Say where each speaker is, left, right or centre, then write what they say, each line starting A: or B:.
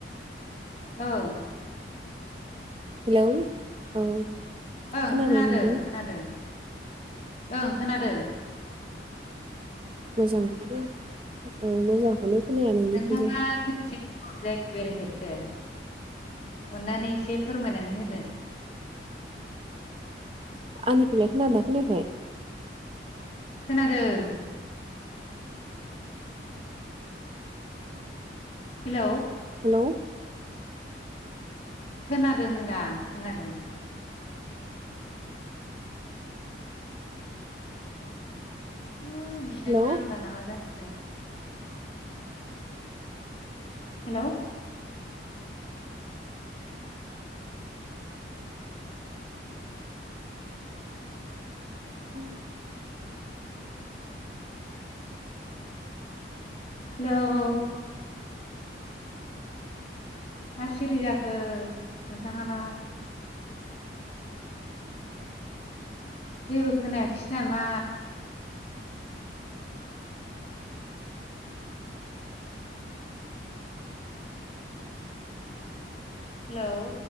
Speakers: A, on the left; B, on the right.
A: औ
B: हेलौ औ
A: ओं
B: खोनाबाय
A: खोनादों
B: नोंबो
A: खोनादों ओं खोनादों
B: मोजांखौनो औ मोजांखौनो खोनाया नोंनिखौबो
A: नोंथाङा जायगायाव बेरायफेरखो अननानै एसे फोरमायनानै होदो
B: आंनिखौलाय खोनादोंना खोनायाखै
A: खोनादों हेल'
B: हेल'
A: खोनादों होनदांं खोनादों। है नेदानो
B: हेलौ
A: नांला मा जाखोथाय। हेलौ
B: उम
A: हेलौ मा सिरि जाखो नोंथाङालाय जेबो खोनायाखिसै नामा? हेलौ